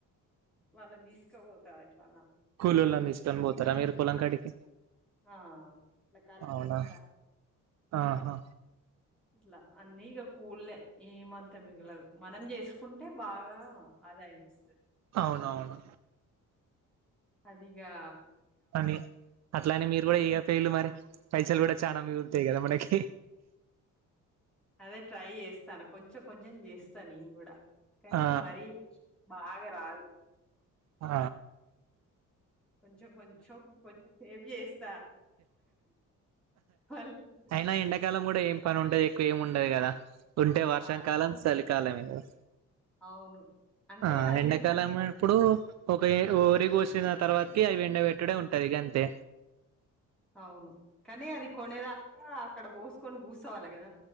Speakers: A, in the centre; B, on the right.
A: వాళ్ళని తీసుకోపోతా అట్లానా
B: కులోలాన్ తీసుకొని పోతారా మీరు పొలం కాడికి
A: ఆ ఇట్లా కలిపిస్తా
B: అవునా ఆహా
A: ఇట్లా అన్నీ ఇక కూళ్లే ఏమంతా మిగిలదు మనం చేసుకుంటే బాగా ఆదాయం వస్తది
B: అవునవును
A: అదిగా
B: అని అట్లానే మీరు కూడా ఏ ఫేయిలు మరి పైసలు కూడా చనా మిగుతాయి కదా చానా మనకి
A: అదే ట్రై చేస్తాను కొంచెం కొంచెం చేస్తాను నేన్కూడా కానీ
B: ఆ
A: మరి బాగా రాదు
B: ఆ
A: కొంచెం కొంచెం కొంచెం సేవ్ చేస్త పగలగొట్టుకుంటా.
B: అయినా ఎండాకాలం కూడా ఏం పని ఉంటది ఎక్కువ ఏమి ఉండదు కదా ఉంటే వర్షాంకాలం
A: ఆ!
B: సలికాలమే కదా
A: అవును. అంటే
B: ఆ
A: అది
B: ఎండాకాలమ
A: చూసా
B: ఆప్పుడు ఒక ఊరి కోసిన తర్వాతకి అవి ఎండబట్టుడే ఉంటదిగంతే
A: అవును కానీ అది కొనేదాకా అక్కడ పోసుకొని కూర్చోవాలి కదా